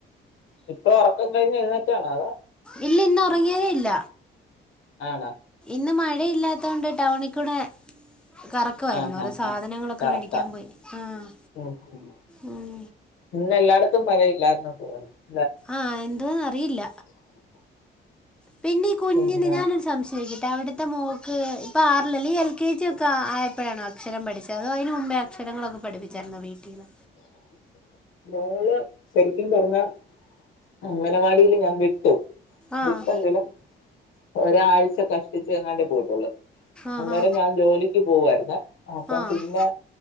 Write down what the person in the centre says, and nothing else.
ഇല്ല ഇന്ന് ഉറങ്ങിയതേ ഇല്ല
ഇന്ന് മഴയില്ലാത്തൊണ്ട് ടൗണിക്കൂടെ കറക്കമായിരുന്നു
ഓരോ
സാധനങ്ങളൊക്കെ
മേടിക്കാൻ പോയി ആഹ്
ഉം
ആഹ് എന്തുവാന്ന് അറിയില്ല പിന്നെ ഈ കുഞ്ഞിന്
ഞാനൊര് സംശയം ചോയിക്ക ട്ടെ. അവിടുത്തെ മോക്ക് ഇപ്പൊ ആറിലല്ലേ എൽ കെ ജി ഒക്കെ ആയപ്പഴാണോ അക്ഷരം പഠിച്ചത് അതോ അതിന് മുമ്പേ അക്ഷ രങ്ങളൊക്കെ പഠപ്പിച്ചാരുന്നൊ വീട്ടീന്ന്
ആഹ്
ആഹാ
ആഹ്